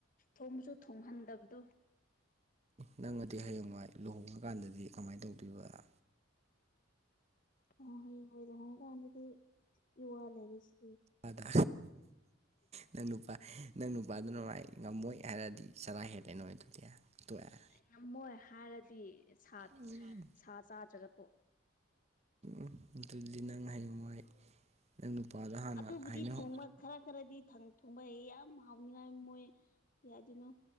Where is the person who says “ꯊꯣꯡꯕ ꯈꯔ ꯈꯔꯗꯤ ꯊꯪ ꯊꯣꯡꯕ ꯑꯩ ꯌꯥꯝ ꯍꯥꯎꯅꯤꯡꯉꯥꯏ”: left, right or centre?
Left